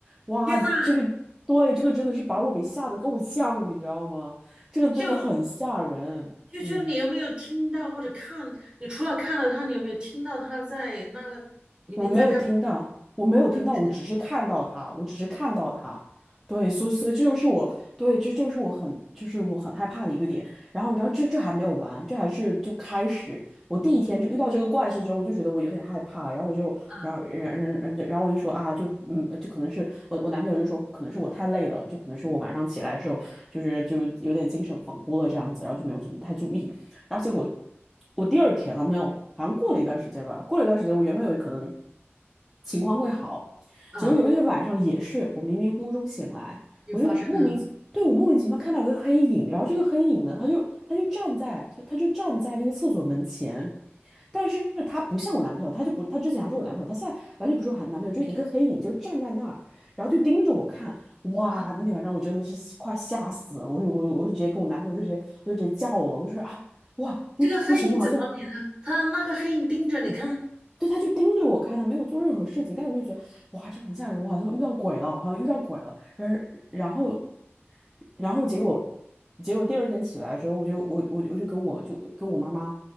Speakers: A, in the centre; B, on the right.
A: 哇，
B: 天呐，
A: 这个对这个真的是把我给吓得够呛，你知道吗？这个真的很吓人，
B: 就就就你有没有听到或者看？
A: 嗯。
B: 你除了看到他，你有没有听到他在那里面在干嘛？
A: 我没有听到，我没有听到，
B: 就
A: 我只是看到他，我只是看到他。对，所以所以这就是我对，这就是我很就是我很害怕的一个点。然后你知道，这这还没有完，这还是就开始。我第一天就遇到这个怪事之后，我就觉得我有点害怕，然后我就然后然然然然后我就说啊，
B: 啊
A: 就嗯，就可能是我我男朋友就说，可能是我太累了，就可能是我晚上起来的时候就是就有点精神恍惚了这样子，然后就没有什么太注意。然后结果我第二天了没有，好像过了一段时间吧，过了一段时间，我原本以为可能情况会好，
B: 啊，
A: 结果有一天晚上也是，我迷迷糊糊中醒来，
B: 又发生了
A: 我就莫名其对，我莫名其妙看到有个黑影，然后这个黑影呢，他就他就站在他他就站在那个厕所门前。但是他不像我男朋友，他就不，他之前还是我男朋友，他现在完全不是我男朋友，就是一个黑影就站在那儿，然后就盯着我看。哇，
B: 啊！
A: 那天晚上我真的是吓快吓死了，我就我我就直接跟我男朋友就直接我就直接叫了，我就说啊，哇，不不行，
B: 这个黑影怎么免呢？
A: 我好像
B: 他那个黑影盯着你看。
A: 对他就盯着我看，他没有做任何事情，但是我就觉得哇，这很吓人，我好像遇到鬼了，我好像遇到鬼了。然后然后然后结果结果第二天起来之后，我就我我就我就跟我就跟我妈妈